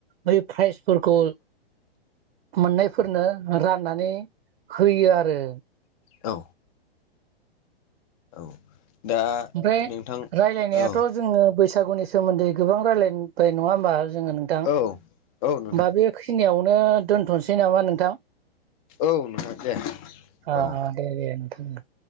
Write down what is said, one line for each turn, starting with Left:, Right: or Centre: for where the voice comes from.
Right: बै प्राइजफोरखौ मोननायफोरनो राननानै होयो आरो।
Left: औ। औ। दा
Right: ओमफ्राय
Left: नोंथां
Right: रायलायनायाथ'
Left: औ
Right: जोङो बैसा बैसागुनि सोमोन्दै गोबां रायलायबाय नङा होमबा जोङो नोंथां होमबा
Left: औ औ नोंथां
Right: बेखिनियाव नो दोनथ'नोसै नामा नोंथां?
Left: औ नोंथां दे
Right: आ
Left: औ
Right: आ दे दे नोंथां ओ।